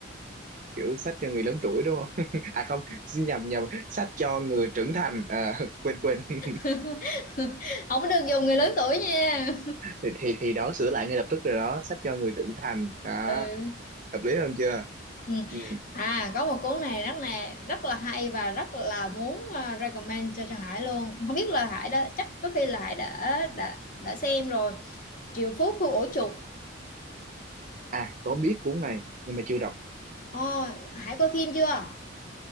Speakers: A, on the right; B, on the left.
A: kiểu sách cho người lớn tuổi đúng không <laughs> à không xin nhầm nhầm sách cho người trưởng thành à, <laughs> quên quên <laughs>
B: <laughs> không có được dùng người lớn tuổi nha
A: thì, thì thì đó sửa lại ngay lập tức rồi đó sách cho người trưởng
B: <laughs>
A: thành đó
B: ừ
A: hợp lý hơn chưa
B: Ừ.
A: ừ.
B: À có một cuốn này rất là rất là hay và rất là muốn ờ, recommend cho cho Hải luôn. Không biết là Hải đã chắc có khi là Hải đã đã đã xem rồi. Triệu Phú Khu Ổ Chuột.
A: à có biết cuốn này nhưng mà chưa đọc
B: Ồ, Hải coi phim chưa?